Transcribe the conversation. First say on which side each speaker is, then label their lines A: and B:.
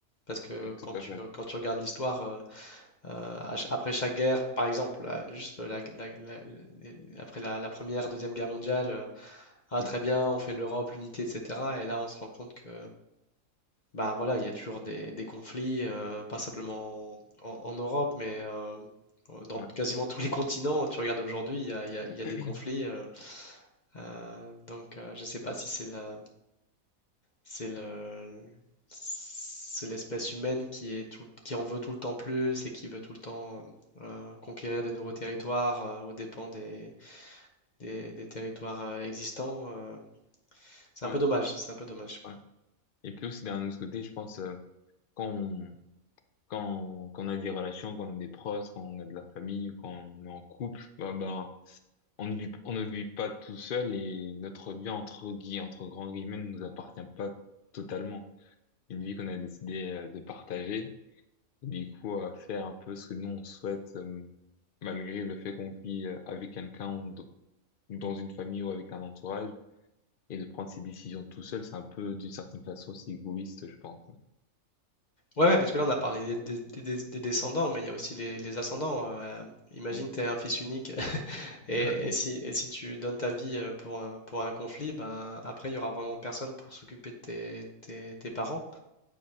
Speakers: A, on the left; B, on the left.
A: Parce que
B: tout
A: quand tu,
B: à fait.
A: quand tu regardes l'histoire, euh, euh, à ch- après chaque guerre, par exemple, là, juste la- la- la- les- après la, la première, deuxième guerre mondiale, euh, ah
B: Mm,
A: très bien, on fait l'Europe, l'unité, etc. Et là, on se rend compte que bah voilà, il y a toujours des, des conflits, euh, pas simplement en, en Europe, mais euh, dans
B: Ouais.
A: quasiment tous les continents. Tu regardes aujourd'hui, il y a, il y a-
B: <clears throat>
A: il y a des conflits. euh, euh, donc, euh, je ne sais pas si c'est la, c'est le, c'est l'espèce humaine qui est tout- qui en veut tout le temps plus et qui veut tout le temps euh, conquérir des nouveaux territoires euh, aux dépens des, des- des territoires euh, existants. euh. c'est
B: Ouais,
A: un peu dommage. C'est un peu dommage.
B: ouais. Et puis aussi d'un autre côté, je pense euh, quand on, quand quand on a des relations, quand on a des proches, quand on a de la famille ou quand on est en couple, bah bah on ne vit on ne vit pas tout seul et notre vie entre gui entre grands guillemets ne nous appartient pas totalement. Une vie qu'on a décidé euh, de partager, et du coup à faire un peu ce que nous on souhaite euh, malgré le fait qu'on vit euh, avec quelqu'un ou d- ou dans une famille ou avec un entourage. Et de prendre ses décisions tout seul, c'est un peu, d'une certaine façon, c'est égoïste, je pense.
A: Ouais, ouais, parce que là, on a parlé des, des- des- des- des descendants, mais il y a aussi les, les ascendants. euh. euh, imagine,
B: Ouais.
A: tu es un fils unique <laughs> et,
B: <laughs>
A: et si, et si tu donnes ta vie euh, pour un, pour un conflit, ben, après, il y aura vraiment personne pour s'occuper de tes, tes- tes parents.